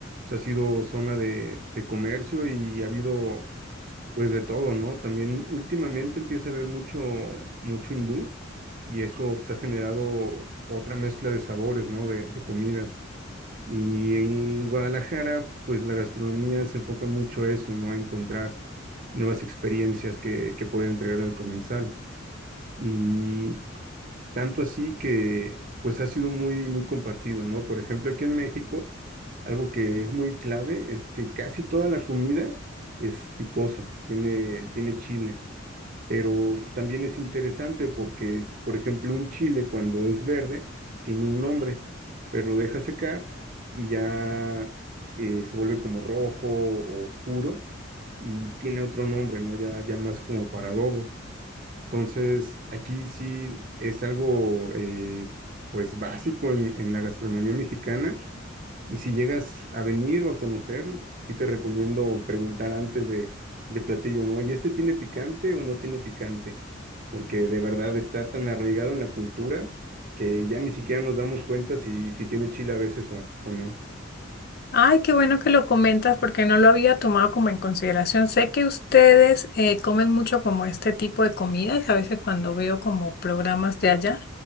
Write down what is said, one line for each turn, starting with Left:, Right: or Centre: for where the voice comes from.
Right: pues, ha sido zona de, de comercio y ha habido, pues, de todo, ¿no? También últimamente empieza a haber mucho, mucho hindú y esto, pues, ha generado otra mezcla de sabores, ¿no? De, de comidas. Y en Guadalajara, pues, la gastronomía se enfoca mucho a eso, ¿no? A encontrar nuevas experiencias que, que puede entregar al comensal. Y tanto así que pues ha sido muy, muy compartido, ¿no? Por ejemplo, aquí en México, algo que es muy clave es que casi toda la comida es picosa, tiene, tiene chile, pero también es interesante porque, por ejemplo, un chile cuando es verde tiene un nombre, pero lo deja secar y ya eh, se vuelve como rojo o oscuro y tiene otro nombre, ¿no? Ya, ya más como para adobos. Entonces, aquí sí es algo eh, pues básico en, en la gastronomía mexicana y si llegas a venir o a conocer, sí te recomiendo preguntar antes de, de platillo, ¿no? ¿Y este tiene picante o no tiene picante? Porque de verdad está tan arraigado en la cultura que ya ni siquiera nos damos cuenta si, si tiene chile a veces o, o no.
Left: Ay, qué bueno que lo comentas porque no lo había tomado como en consideración. Sé que ustedes eh, comen mucho como este tipo de comidas, a veces cuando veo como programas de allá,